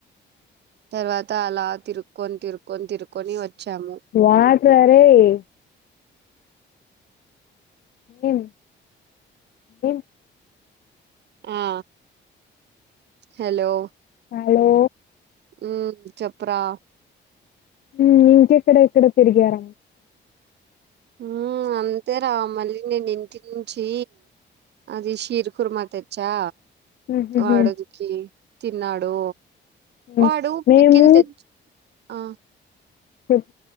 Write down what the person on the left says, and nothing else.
వాట్ రా రేయ్ ఎం ఎం
హలో
ఉ ఇంక ఎక్కడ ఎక్కడ తిరిగార
ఉహుహు
ఉమ్
మేము
చెప్